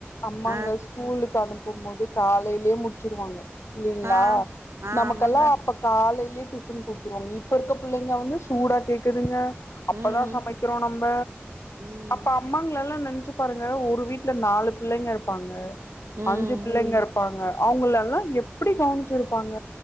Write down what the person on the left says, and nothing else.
அம்மாங்க
ஸ்கூலுக்கு அனுப்ப போது காலையிலயே முடிச்சுடுவாங்க இல்லலைங்களா
நமக்கெல்லாம்
அப்ப காலை டிபன் கொடுத்துருவாங்க இப்ப இருக்க புள்ளைங்க வந்து சூடா கேக்குதுங்க அப்பதான்
சமைக்கிறோம் நம்ம
அப்ப அம்மாங்கள எல்லா நினைச்சு பாருங்க ஒரு வீட்டுல நாலு பிள்ளைங்க இருப்பாங்க
அஞ்சு பிள்ளைங்க இருப்பாங்க அவங்கலலாம் எப்டி கவனிச்சிருப்பாங்க